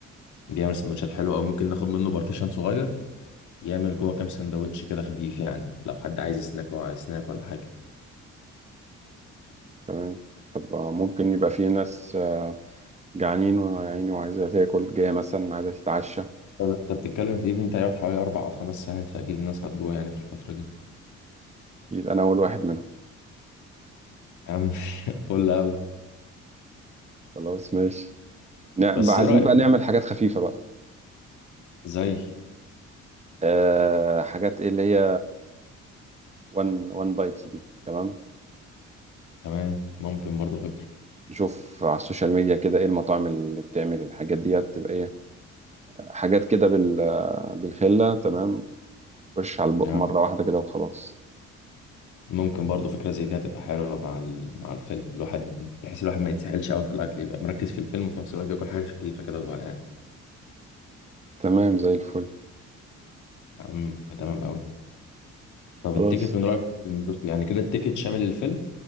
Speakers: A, on the left (about 75°); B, on the right (about 20°).
A: بيعمل سندوتشات حلوه او ممكن ناخد منه بارتيشن صغير يعمل جوه كام سندوتش كده خفيف يعني لو حد عايز سناك مع سناك ولا حاجه
B: تمام طب آه، ممكن يبقى في ناس آه، جعانين وعيني وعايزة تاكل جاية مثلا عايزة تتعشى
A: طب انت بتتكلم في ايفنت هيقعد حوالي اربع او خمس ساعات فاكيد الناس هتجوع يعني في الفتره دي
B: يبقى انا اول واحد منهم
A: يا عم <laughs> فل قوي
B: خلاص ماشي نعم
A: بس
B: بقى عايزين
A: ايه رايك
B: بقى نعمل حاجات خفيفة بقى
A: زي
B: أه حاجات ايه اللي هي وان وان بايتس دي تمام
A: تمام ممكن برضه فكره
B: نشوف على السوشيال ميديا كده ايه المطاعم اللي بتعمل الحاجات ديت تبقى ايه حاجات كده بال بالخلة تمام وش على البق
A: يعني
B: مرة واحدة كده وخلاص
A: ممكن برضو فكرة زي دي هتبقى حلوة مع ال- مع الفيلم الواحد بحيث الواحد ما يتسحلش قوي في الأكل يبقى مركز في الفيلم وفي نفس الوقت بياكل حاجة خفيفة كده وهو قاعد
B: تمام زي الفل
A: يا عم تمام قوي طب
B: خلاص
A: التيكت من رأيك ندوس فيه؟ يعني كده التيكت شامل الفيلم